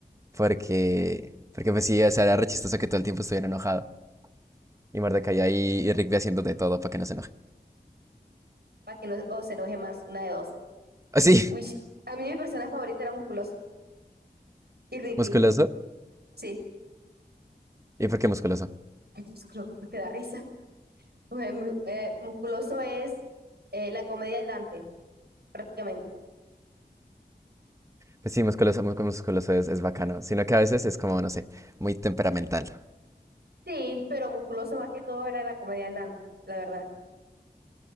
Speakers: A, on the right; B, on the right.
A: porque, porque pues sí, o sea, era re chistoso que todo el tiempo estuviera enojado. Y Mordecai ahí y Rigby haciendo de todo para que no se enoje.
B: para que no o se enoje más, una de dos.
A: Así,
B: Uy, a mí mi persona favorita era Musculoso
A: <laughs>
B: y Rigby,
A: musculoso.
B: sí.
A: ¿Y por qué musculoso?
B: Pues Creo que que da risa. <laughs> Eh, mu- eh, musculoso es eh, la comedia andante, prácticamente.
A: Pues sí, musculoso, muy musculoso es, es bacano, sino que a veces es como, no sé, muy temperamental.
B: Sí, pero musculoso más que todo era la comedia andante, la verdad,